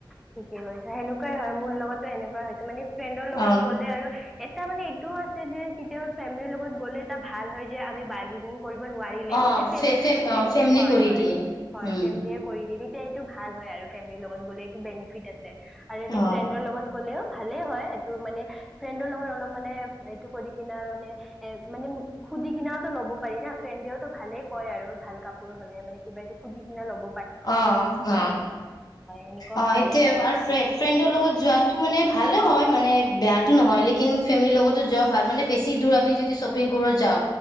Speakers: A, in the centre; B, on the left (about 50°).
A: ঠিকে কৰিছা, সেনেকুৱাই হয় মোৰ লগতো এনেকুৱা কৰা হৈছে মানে ফ্ৰেণ্ডৰ লগত
B: অ
A: গ'লে আৰু এটা মানে এইটোও আছে যে কেতিয়াবা ফেমিলিৰ লগত গ'লে এটা ভাল হয় আমি বাৰ্গেনিং কৰিব নোৱাৰিলে
B: অ
A: তেতিয়া ফেমলিৰে
B: ফে ফেম
A: ফেমলি,
B: ফেমিলি
A: হয়
B: কৰি
A: হয়
B: দিয়ে
A: হয়
B: উম
A: ফেমলিয়ে কৰি দিলি এতিয়া এইটো ভাল হয় আৰু ফেমলিৰ লগত গ'লে এইটো বেনিফিট আছে আৰু এনে
B: অ
A: ফ্ৰেণ্ডৰ লগত গ'লেও ভালেই হয় এইটো মানে ফ্ৰেণ্ডৰ লগত অলপ মানে এইটো কৰি কিনা মানে এ মানে সুধি কিনেওতো ল'ব পাৰি না ফ্ৰেণ্ডেওতো ভালে কয় আৰু ভাল কাপোৰ হ'লে মানে কিবা এইটো সুধি কিনে ল'বব
B: অ অ
A: এনেকুৱাও
B: অঁ সেইটোৱে
A: ভালেই হয়
B: আৰু ফ্ৰেণ্ডৰ লগত যোৱাত টো মানে ভালে হয় মানে বেয়াটো নহয় লেকিন ফেমিলিৰ লগতো যোৱা ভাল মানে বেছি দূৰ আমি যদি শ্বপিং কৰিব যাওঁ